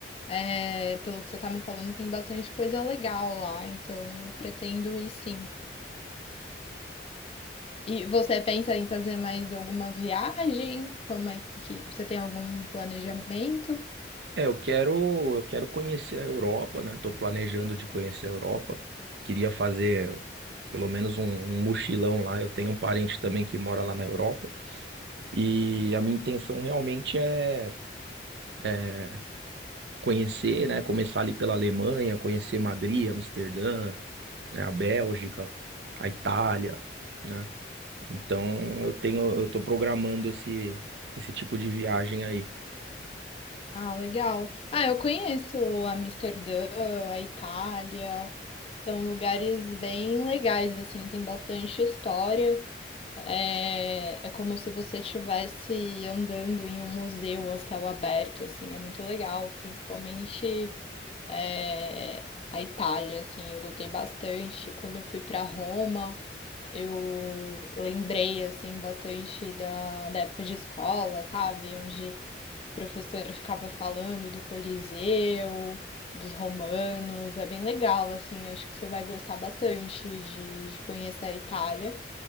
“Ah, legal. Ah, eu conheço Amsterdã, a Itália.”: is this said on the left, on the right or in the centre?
Left